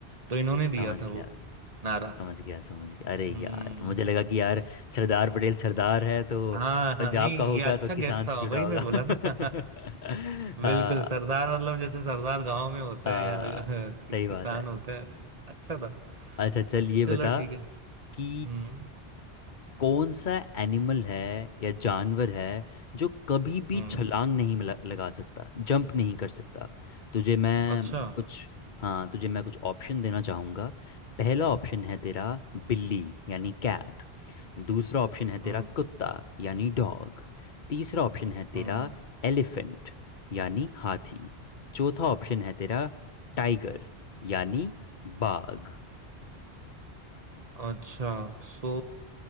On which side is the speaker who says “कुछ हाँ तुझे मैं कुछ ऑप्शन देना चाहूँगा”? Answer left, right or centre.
Left